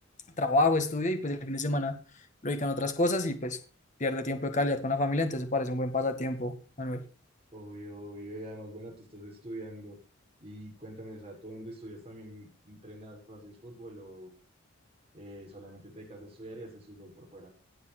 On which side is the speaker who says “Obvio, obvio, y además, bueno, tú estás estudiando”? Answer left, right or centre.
Right